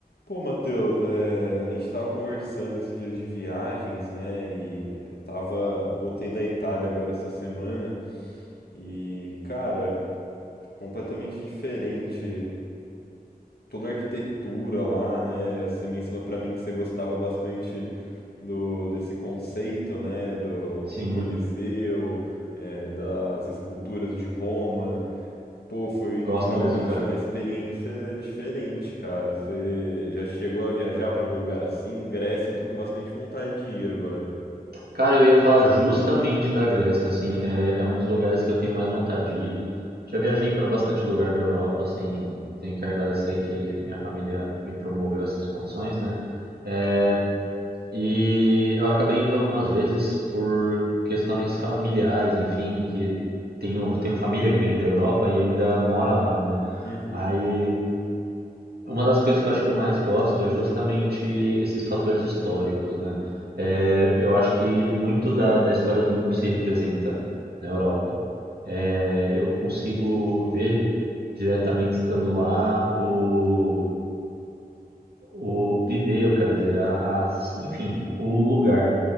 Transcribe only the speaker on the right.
Sim,
gosto
mesmo, cara.
Cara, eu ia falar justamente da Grécia, assim, é, é um dos lugares que eu tenho mais vontade de ir. Já viajei para bastante lugar da Europa, assim, tenho que agradecer que minha família me promoveu essas condições, né? É, e eu acabei indo algumas vezes por questões familiares, enfim, que tenho, tenho família que vem da Europa e ainda mora lá, né?
Aí Uma das coisas que eu acho que eu mais gosto é justamente esses fatores históricos, né? Eh, eu acho que muito da, da história do mundo se representa na Europa. Eh, eu consigo ver diretamente estando lá o, o viver, eu quero dizer, a- as, enfim, o lugar.